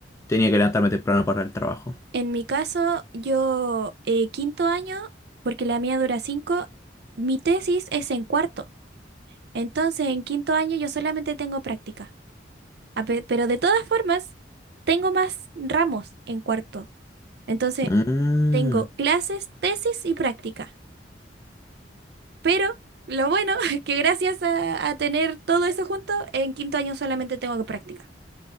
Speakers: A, on the left; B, on the right.
A: tenía que levantarme temprano para el trabajo.
B: En mi caso, yo eh, quinto año, porque la mía dura cinco, mi tesis es en cuarto. Entonces, en quinto año yo solamente tengo práctica. A pe- Pero de todas formas, tengo más ramos en cuarto. Entonces,
A: Mm.
B: tengo clases, tesis y práctica. Pero lo bueno <laughs> es que gracias a, a tener todo eso junto, en quinto año solamente tengo que practicar.